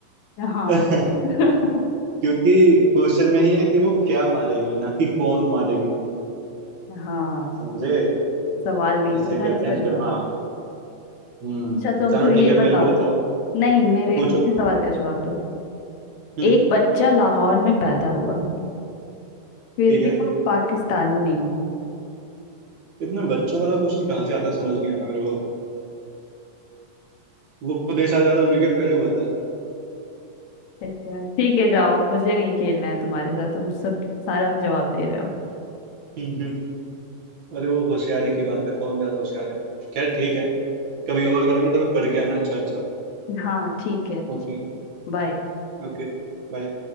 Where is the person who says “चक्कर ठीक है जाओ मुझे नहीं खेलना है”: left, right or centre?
Left